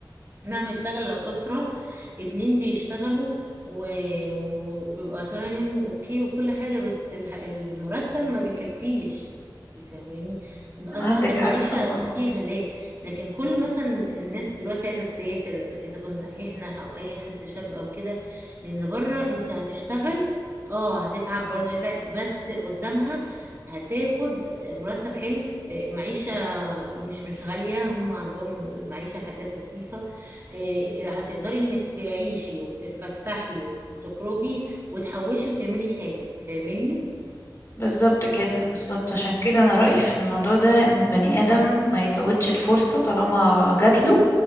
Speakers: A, on the right (about 30°); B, on the left (about 40°).
A: نعم يشتغل لو أسرة اتنين بيشتغلوا و... وبيبقى طالع نيمو اوكي وكل حاجة بس الح- المرتب ما بيكفيش انتي فاهماني أصبحت
B: عندك
A: المعيشة
B: حق اه
A: فيه غلاء لكن كل مثلا الناس دلوقتي عايزة تسافر إذا كنا إحنا أو أي حد شاب أو كده لأن بره أنت هتشتغل اه هتتعب برضه هتلاقي بس قدامها هتاخد مرتب حلو آه، معيشة مش مش غالية هم عندهم المعيشة حاجات رخيصة إيه، هتقدري انك تعيشي وتتفسحي وتخرجي وتحوشي وتعملي حاجة انت فاهماني
B: بالظبط كده بالظبط عشان كده انا رأيي في الموضوع ده ان البني ادم ما يفوتش الفرصة طالما جات له